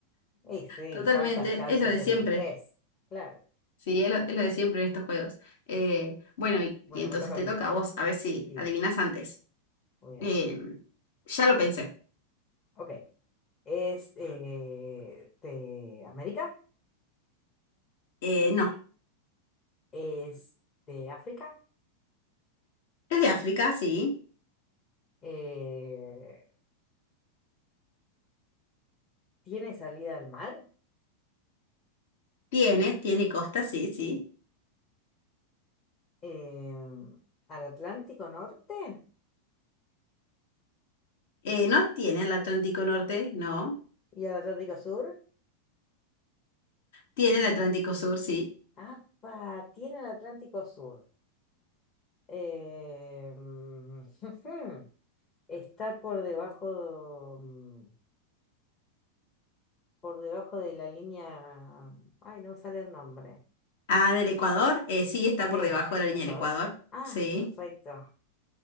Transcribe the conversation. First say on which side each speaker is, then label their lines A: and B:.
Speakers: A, on the left (about 30°); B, on the left (about 55°).
A: Y sí,
B: totalmente,
A: ¿cuántas chances
B: es lo de
A: tenés?
B: siempre.
A: Tres. Claro.
B: Sí, es lo, es lo de siempre en estos juegos. Eh, bueno, y,
A: Bueno,
B: y entonces
A: me toca
B: te
A: a mí.
B: toca a vos, a ver si
A: Sí,
B: adivinás antes.
A: voy
B: Em,
A: a ver.
B: ya lo pensé.
A: Ok. ¿Es eh, de América?
B: Eh, no.
A: ¿Es de África?
B: Es de África, sí.
A: Eh, ¿tiene salida al mar?
B: Tiene, tiene costa, sí, sí.
A: Em, ¿al Atlántico Norte?
B: Eh, no tiene el Atlántico Norte, no.
A: ¿Y al Atlántico Sur?
B: Tiene el Atlántico Sur, sí.
A: Ah, tiene el Atlántico Sur. Em, <laughs> Está por debajo, mm, por debajo de la línea. Ay, no me sale el nombre.
B: Ah, del Ecuador, eh, sí, está
A: Sí,
B: por
A: de
B: debajo
A: la
B: de
A: línea
B: la línea
A: de Ecuador.
B: del Ecuador.
A: Ah,
B: Sí,
A: perfecto.